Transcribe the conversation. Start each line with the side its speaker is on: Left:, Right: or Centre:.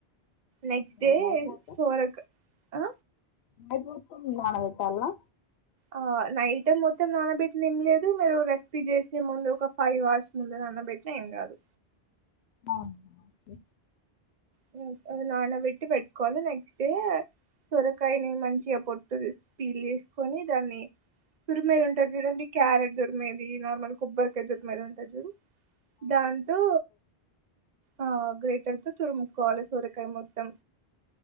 Right: నెక్స్ట్
Left: ఇవాళ
Right: డే
Left: నైట్ మొత్తం
Right: సోరక్ ఆ
Left: నైట్ మొత్తం నానపెట్టాలా
Right: ఆ నైట్ మొత్తం నానబెట్టిన ఏం లేదు మీరు రెసిపీ చేసే ముందు ఒక ఫైవ్ అవర్స్ ముందు నానబెట్టిన ఏం కాదు
Left: అవునా ఓకే
Right: <unintelligible> నానబెట్టి పెట్టుకోవాలి నెక్స్ట్ డే సొరకాయని మంచిగా పొట్టు తీస్ పీల్ చేసుకొని దాన్ని తురుమెది ఉంటారు చూడండి క్యారెట్ తురుమే ది నార్మల్ కొబ్బరకాయ ఉంటాది చూడు దాంతో ఆ గ్రేటర్ తో తురుము కాల సొరకాయ మొత్తం